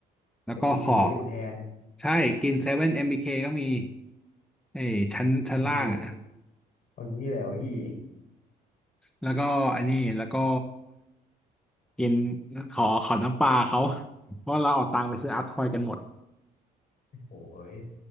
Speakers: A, in the centre; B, on the left (about 55°).
A: แล้วก็ขอ
B: โอ้คือกินเซเว่นแทน
A: ใช่กินเซเว่นเอ็มบีเคก็มีเอ้ยชั้นชั้นล่างอ่ะ
B: เอางี้เอางี้เลยเหรอพี่
A: แล้วก็อันนี้แล้วก็กินขอขอน้ำปลาเขาเพราะเราเอาตังค์ไปซื้ออาร์ทอยกันหมด
B: โอ้ย